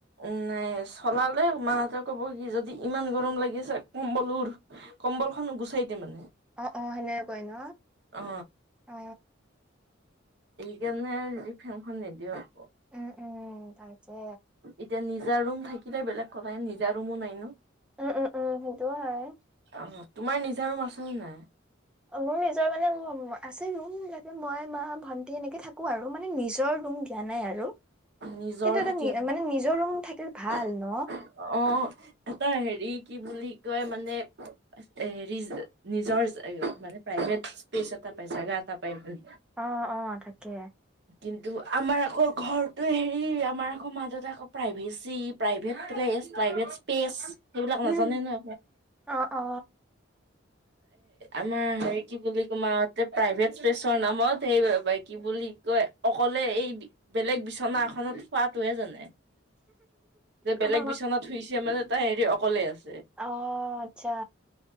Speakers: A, on the right; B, in the centre.
A: উম নাই চলালে মাহঁতে ক'ব কি যদি ইমান গৰম লাগিছে কম্বলোৰ কম্বল খন গুচাই দিয়ে মানে।
B: অ অ সেনেক কয় ন?
A: অ
B: অ।
A: কেনে ফেনখন নিদিও আক।
B: উম উম তাকে।
A: এতিয়া নিজা ৰুম থাকিলে, বেলেগ কথা। নিজা ৰুমো নাই ন।
B: উম উম উম সেইটোও হয়
A: আহ তোমাৰ নিজাৰুম আছে নে নাই।
B: মোৰ নিজৰ মানে আছে ৰুমাকে মই মা ভন্টি এনেকে থাকো আৰু মানে নিজৰ ৰুম। ৰোম দিয়া নাই আৰু।
A: নিজৰ
B: কিন্তু এটা
A: কে
B: নি
A: দিয়া নাই
B: মানে নিজৰ ৰুম থাকিলে
A: অ
B: ভাল ন।
A: এটা হেৰি, কি বুলি কয়, মানে হেৰি নিজৰ মানে প্ৰাইভেট স্পেচত, পেছে জাগা এটা পায় মানে
B: অ অ থাকে।
A: কিন্তু আমাৰ আকৌ ঘৰটো হেৰি আমাৰ আকৌ মা দেউতাক আকৌ প্ৰাইভেচ C private place private space. সেইবিলাক
B: উম,
A: নাজানে না।
B: অ অ
A: আমাৰ হে কি বুলি ক আমাৰ প্ৰাইভেট প্লেচৰ নামত সেই কি বুলি কয় অ কলে এই বেলেগ বিচনা এখনত হুৱাটোৱে জানে। যে বেলেগ
B: অ
A: বিচনাত শুইছে মানে তাই হেৰি অকলে আছে।
B: অহ আচ্ছা।